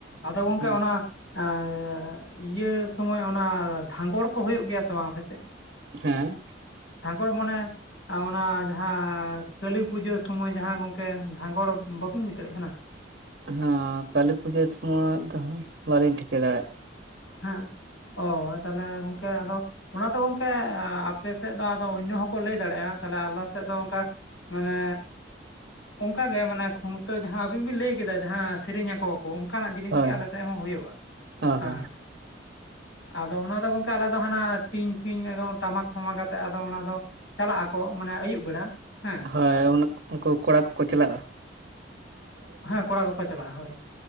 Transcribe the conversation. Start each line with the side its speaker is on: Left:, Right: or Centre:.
Left: ᱟᱫᱚ ᱜᱚᱝᱠᱮ
Right: ᱦᱮᱸ
Left: ᱚᱱᱟ ᱟᱸ ᱤᱭᱟᱹ ᱥᱚᱢᱚᱭ ᱚᱱᱟ ᱫᱷᱟᱸᱜᱚᱲ ᱠᱚ ᱦᱳᱭᱳᱜ ᱜᱮᱭᱟ ᱥᱮ ᱵᱟᱝ ᱟᱯᱮᱥᱮᱜ?
Right: ᱦᱮᱸ᱾
Left: ᱫᱷᱟᱸᱜᱚᱲ ᱢᱚᱱᱮ ᱚᱱᱟ ᱡᱟᱦᱟᱸ ᱠᱟᱹᱞᱤ ᱯᱩᱡᱟᱹ ᱥᱚᱢᱚᱭ ᱡᱟᱦᱟᱸ ᱜᱚᱝᱠᱮ ᱫᱷᱟᱸᱜᱚᱲ ᱵᱟᱹᱵᱤᱱ ᱵᱩᱡᱽ ᱫᱟᱲᱮᱭᱟᱜ ᱠᱟᱱᱟ?
Right: ᱦᱟᱸ ᱠᱟᱹᱞᱤ ᱯᱩᱡᱟᱹ ᱥᱚᱢᱚᱭ ᱫᱚ ᱦᱟᱸᱜ ᱵᱟᱹᱞᱤᱧ ᱴᱷᱤᱠᱟᱹ ᱫᱟᱲᱮᱭᱟᱜ ᱠᱟᱱᱟ᱾
Left: ᱦᱮᱸ ᱚ ᱛᱟᱦᱟᱞᱮ ᱜᱚᱝᱠᱮ ᱟᱫᱚ ᱚᱱᱟ ᱫᱚ ᱜᱚᱝᱠᱮ ᱟᱯᱮ ᱥᱮᱫ ᱫᱚ ᱟᱫᱚ ᱚᱱᱱᱚ ᱦᱚᱸᱠᱚ ᱞᱟᱹᱭ ᱫᱟᱲᱮᱭᱟᱜᱼᱟ ᱛᱟᱦᱞᱮ ᱟᱞᱮ ᱥᱮᱫ ᱫᱚ ᱚᱝᱠᱟ ᱢᱟᱱᱮ ᱚᱝᱠᱟᱜᱮ ᱢᱟᱱᱮ ᱠᱷᱩᱱᱴᱟᱹᱣ ᱡᱟᱦᱟᱸ ᱟᱹᱵᱤᱱ ᱵᱤᱱ ᱞᱟᱹᱭ ᱠᱮᱫᱟ ᱡᱟᱦᱟᱸ ᱥᱮᱨᱮᱧ ᱟᱠᱚ ᱚᱝᱠᱟᱱᱟᱜ ᱡᱤᱱᱤᱥ
Right: ᱦᱳᱭ
Left: ᱜᱮ ᱟᱞᱮ ᱥᱮᱫ ᱦᱚᱸ ᱦᱳᱭᱳᱜᱼᱟ᱾
Right: ᱚ
Left: ᱦᱮᱸ᱾
Right: ᱦᱚᱸ
Left: ᱟᱫᱚ ᱚᱱᱟ ᱜᱚᱝᱠᱮ ᱟᱞᱮ ᱫᱚ ᱦᱟᱱᱟ ᱴᱤᱝ ᱯᱷᱤᱝ ᱮᱠᱫᱚᱢ ᱴᱟᱢᱟᱠ ᱴᱟᱢᱟᱠ ᱠᱷᱚᱢᱟ ᱛᱮᱜ ᱚᱱᱟ ᱫᱚ ᱪᱟᱞᱟᱜ ᱟᱠᱚ ᱢᱟᱱᱮ ᱟᱹᱭᱩᱵ ᱵᱮᱲᱟ ᱦᱮᱸ᱾
Right: ᱦᱳᱭ ᱚᱱᱟ ᱩᱱᱠᱩ ᱠᱚᱲᱟ ᱠᱚᱠᱚ ᱪᱟᱞᱟᱜᱼᱟ᱾
Left: ᱦᱮᱸ ᱠᱚᱲᱟ ᱠᱚᱠᱚ ᱪᱟᱞᱟᱜᱼᱟ᱾ ᱦᱳᱹᱭ᱾